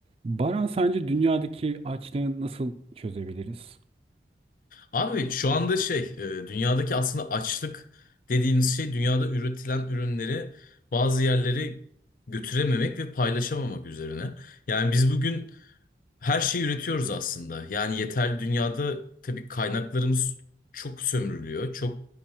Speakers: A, on the right; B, on the left.
A: Baran sence dünyadaki açlığı nasıl çözebiliriz?
B: Abi şu anda şey e, dünyadaki aslında açlık dediğimiz şey dünyada üretilen ürünleri bazı yerlere götürememek ve paylaşamamak üzerine. Yani biz bugün her şeyi üretiyoruz aslında. Yani yeterli dünyada tabii kaynaklarımız çok sömürülüyor. Çok